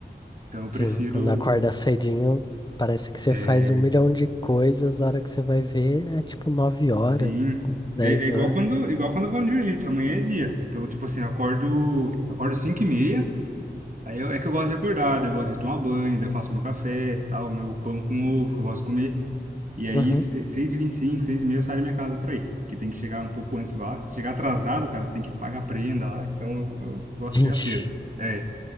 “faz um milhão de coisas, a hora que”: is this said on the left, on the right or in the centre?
Left